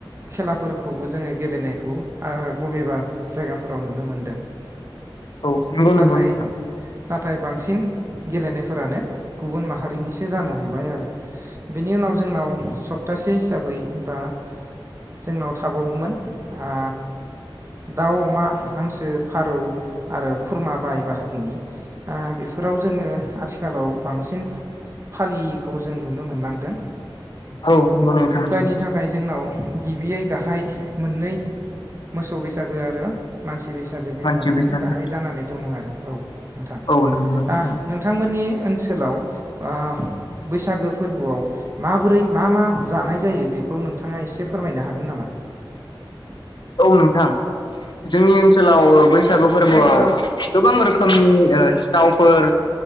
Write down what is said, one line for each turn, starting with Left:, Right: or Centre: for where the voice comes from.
Right: खेलाफोरखौबो जोङो गेलेनायखौ आ बबेबा जायगाफोराव नुनो मोनदों।
Left: औ नोंगौ
Right: नाथाय
Left: नोंगौ नोंथां।
Right: नाथाय बांसिन गेलेनायफोरानो गुबुन माहारिनिसो जानो हमबाय आर बेनि उनाव जोंनाव सप्तासे हिसाबै होनबा जोंनाव थाबावोमोन आ दाउ, अमा, हांसो फारौ आरो खुरमा बाय बाहागि नि आ बेफोराव जोङो थिखालाव बांसिन फालियैखौ जों नुनो मोनलांदों
Left: औ नंगौ नोंथां
Right: जायनि
Left: नंगौ
Right: थाखाय जोंनाव गिबियै गाहाइ मोननै मोसौ बैसागो आरो मानसि सि बैसागो
Left: मानसि
Right: मोननैयानो
Left: बैसागो
Right: गाहाइ जानानै दङ आरो। औ नोंथां
Left: औ नंगौ नोंथां
Right: आं
Left: औ
Right: नोंथांमोननि ओनसोल सोलाव आ बैसागो फोरबोआव माबोरै मा मा जानाय जायो बेखौ नोंथाङा एसे फोरमायनो हागोन नामा?
Left: औ नोंथां जोंनि ओनसोलाव बैसागु फोरबोआव गोबां रोखोमनि ओ सिथावफोर